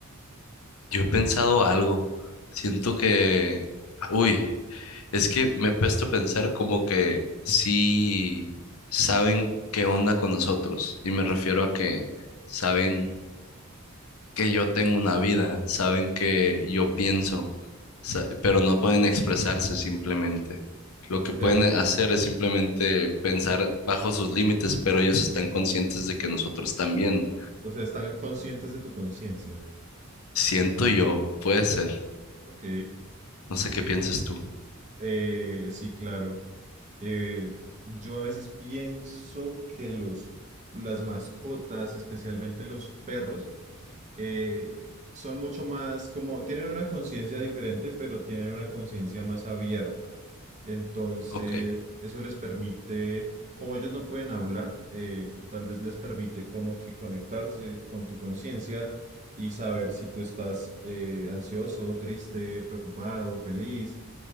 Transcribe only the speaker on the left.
Yo he pensado algo. Siento que, uy, es que me he puesto a pensar como que sí saben qué onda con nosotros. Y me refiero a que saben que yo tengo una vida, saben que yo pienso, sa- pero no pueden expresarse simplemente. Lo
que pueden
hacer
es simplemente pensar bajo sus límites, pero ellos están conscientes de que nosotros también.
Siento yo, puede ser.
No sé qué pienses tú.
Ok.